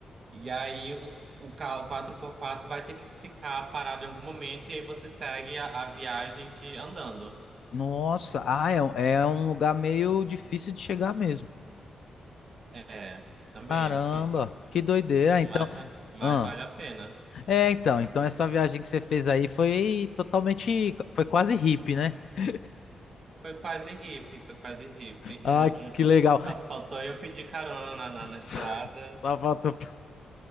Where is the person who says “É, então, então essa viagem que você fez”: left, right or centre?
Left